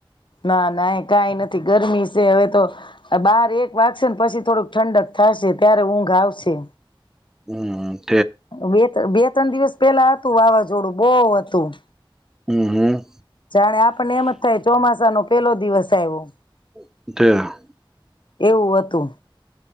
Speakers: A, on the left; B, in the centre.
A: ના ના એ કઈ નથી ગરમી છે હવે તો. બહાર એક વાગશે ને પછી થોડુંક ઠંડક થશે ત્યારે ઊંઘ આવશે.
B: હ.
A: બે બે ત્રણ દિવસ પેલા વાવાઝોડું બહ હતું.
B: હમ હમ.
A: જાણે આપણને એમ જ થાય ચોમાસા ન પેલો દિવસ આવ્યો.
B: <unintelligible>
A: એવું હતું.